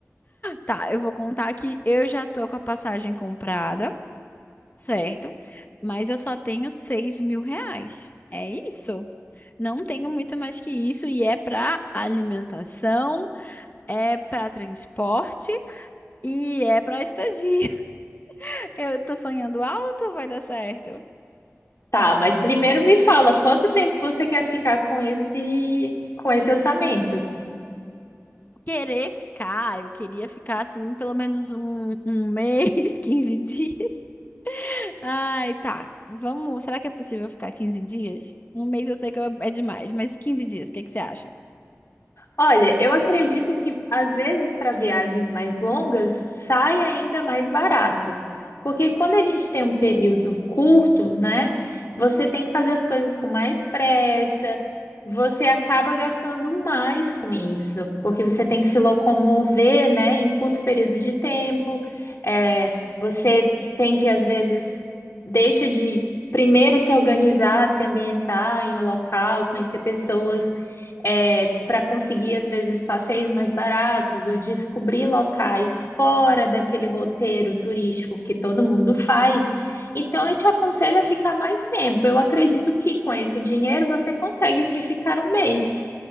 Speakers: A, on the left; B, on the left.
A: Tá, eu vou contar que eu já tô com a passagem comprada, certo? Mas eu só tenho seis mil reais. É isso. Não tenho muito mais que isso. E é pra alimentação, é pra transporte e é pra estadia. <laughs> Eu tô sonhando alto, vai dar certo.
B: Tá, mas primeiro me fala, quanto tempo você quer ficar com esse com esse orçamento?
A: Querer ficar, eu queria ficar assim pelo menos um, um mês, <laughs> 15 dias. Ai, tá. Vamos. Será que é possível ficar 15 dias? Um mês eu sei que eu- é demais, mas 15 dias, o que que você acha?
B: Olha, eu acredito que às vezes para viagens mais longas sai ainda mais barato, porque quando a gente tem um período curto, né, você tem que fazer as coisas com mais pressa, você acaba gastando mais com isso, porque você tem que se locomover, né, em curto período de tempo, é, você tem que às vezes deixa de primeiro se organizar, se ambientar em um local, conhecer pessoas é, para conseguir, às vezes, passeios mais baratos ou descobrir locais fora daquele roteiro turístico que todo mundo faz. Então, eu te aconselho a ficar mais tempo. Eu acredito que com esse dinheiro você consegue sim ficar um mês.